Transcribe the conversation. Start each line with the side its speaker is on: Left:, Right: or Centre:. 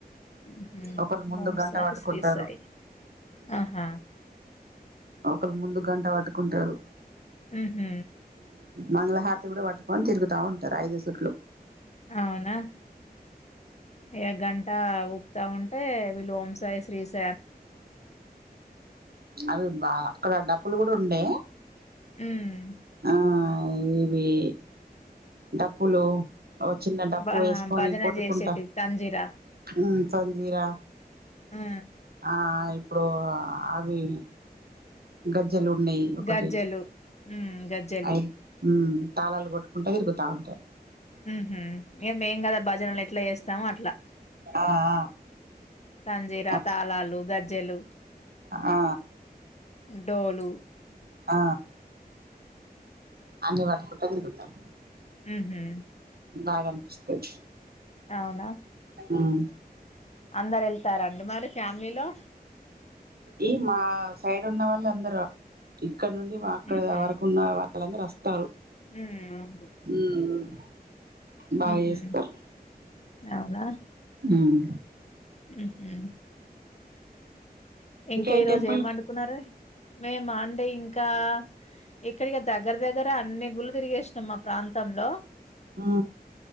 Left: హుహు.
Right: ఒకళ ముందు
Left: ఓం
Right: గంట
Left: సాయి,
Right: పట్టుకుంటారు
Left: శ్రీ సాయి. ఆహా!
Right: ఒకరు ముందు గంట వతుకుంటారు
Left: ఆహమ్
Right: మంగళహారతి కూడా పట్టుకొని తిరుగుతా ఉంటారు ఐదు సుట్లు
Left: అవునా ఏ అా ఊపుతా ఉంటే వీళ్ళు ఓంశాయి శ్రీశ
Right: అవి బా అక్కడ డబ్బులు కూడా ఉండే
Left: ఉమ్
Right: ఆ ఇవి డబులు ఓ చిన్న డబ్పు
Left: బా
Right: వేసుకొని
Left: భజన
Right: కొట్టుకుంటా
Left: చేసేటివి తంజీరా.
Right: ఉ సజీరా
Left: ఆ!
Right: ఆ ఇప్పుడు అవి గ మజలు ఉన్నాయి ఒకటి
Left: గజ్జెలు. హ్మ్. గజ్జెలు.
Right: అయి తాళాలు కొట్టుకుంటే తిరుగుతా ఉంటారు
Left: ఉహ ఏ మ ఏం కదా భజనలు ఎట్లా చేస్తాముో అట్లా
Right: ఆ ఆ ఆ
Left: తంజీరా
Right: అట్ల
Left: తాళాలు గజ్జెలు
Right: ఆ
Left: డోలు
Right: ఆ అన్ని పట్టుకుంట తిరుగుతాం.
Left: ఉహూ
Right: బాగా అనిపిస్తది.
Left: అవునా?
Right: ఉం
Left: అందరు వెళ్తారండి మరి ఫ్యామిలీలో
Right: ఈ మా సైడ్ ఉన్న వాళ్ళు అందరు ఇక్కడ నుండి మా అక్కడ
Left: ఉహు
Right: ఎవరకు ఉన్న వాళ్ళందరు వస్తారు.
Left: ఉమ్
Right: ఉమ్ బాగా
Left: ఉహు
Right: చేస్తారు,
Left: అవునా
Right: ఉమ్
Left: ఉహు ఇంకా
Right: ఏ
Left: ఈ రోజు
Right: టెంపుల్
Left: ఏం వండుకున్నారూ మేము అండి ఇంకా ఇక్కడికి దగ్గర దగ్గర అన్ని గుళ్ళు తిరిగేసినాం మా ప్రాంత ప్రాంతంలో
Right: ఆ